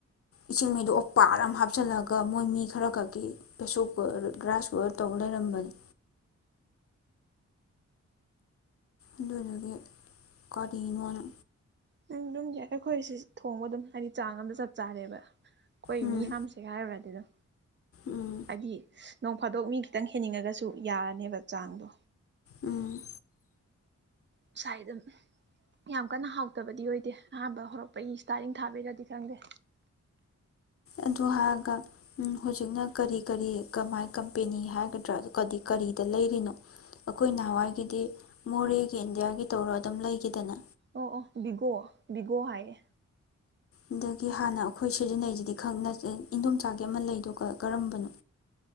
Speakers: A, on the left (about 50°); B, on the right (about 40°).
A: ꯏꯁꯤꯡ ꯃꯩꯗꯨ ꯑꯣ ꯄꯥꯔ ꯑꯃ ꯍꯥꯞꯆꯤꯜꯂꯒ ꯃꯣꯏ ꯃꯤ ꯈꯔ ꯈꯛꯀꯤ ꯄ꯭ꯔꯦꯁꯔ ꯀꯨꯀꯔ ꯔꯥꯏꯁ ꯀꯨꯀꯔ ꯇꯧ ꯂꯩꯔꯝꯕꯅꯤ ꯑꯗꯨꯒꯤꯗꯤ ꯀꯔꯤꯅꯣꯅ
B: ꯅꯪ ꯑꯗꯨꯝ ꯌꯥꯏꯈꯩ ꯈꯣꯏꯁꯤ ꯊꯣꯡꯕ ꯑꯗꯨꯝ ꯍꯥꯏꯗꯤ ꯆꯥꯡ ꯑꯝꯗ ꯆꯞ ꯆꯥꯔꯦꯕ ꯀꯣꯏ
A: ꯎꯝ
B: ꯃꯤ ꯌꯥꯝꯁꯦ ꯍꯥꯏꯔꯨꯔ ꯑꯗꯝ
A: ꯎꯝ
B: ꯑꯗꯤ ꯅꯣꯡ ꯐꯥꯗꯣꯛ ꯃꯤ ꯈꯤꯇꯪ ꯍꯦꯟꯅꯤꯡꯉꯒꯁꯨ ꯌꯥꯔꯅꯦꯕ ꯆꯥꯡꯗꯣ
A: ꯎꯝ
B: ꯉꯁꯥꯏ ꯑꯗꯨꯝ ꯌꯥꯝ ꯀꯟꯅ ꯍꯥꯎꯇꯕꯗꯤ ꯑꯣꯏꯗꯦ ꯑꯍꯥꯟꯕ ꯍꯧꯔꯛꯄꯒꯤ ꯏꯁꯇꯥꯔꯤꯡ ꯊꯥꯕꯤꯔꯗꯤ ꯈꯪꯗꯦ
A: ꯑꯗꯨ ꯍꯥꯏꯔꯒ ꯍꯧꯖꯤꯛꯅ ꯀꯔꯤ ꯀꯔꯤ ꯀꯃꯥꯏ ꯀꯝꯄꯦꯅꯤ ꯍꯥꯏꯒꯗ꯭ꯔꯥ ꯀꯗꯤ ꯀꯔꯤꯗ ꯂꯩꯔꯤꯅꯣ ꯑꯩꯈꯣꯏ ꯅꯍꯥꯟꯋꯥꯏꯒꯤꯗꯤ ꯃꯣꯔꯦꯒꯤ ꯏꯟꯗꯤꯌꯥꯒꯤ ꯇꯧꯔ ꯑꯗꯨꯝ ꯂꯩꯈꯤꯗꯅ
B: ꯑꯣ ꯑꯣ ꯕꯤꯒꯣ ꯕꯤꯒꯣ ꯍꯥꯏꯌꯦ
A: ꯑꯗꯒꯤ ꯍꯥꯟꯅ ꯑꯩꯈꯣꯏ ꯁꯤꯖꯤꯟꯅꯩꯁꯤꯗꯤ ꯈꯪ ꯅꯦ ꯏꯟꯗꯣꯝ ꯆꯥꯒꯦ ꯑꯃ ꯂꯩꯗꯣꯒ ꯀ ꯀꯔꯝꯕꯅꯣ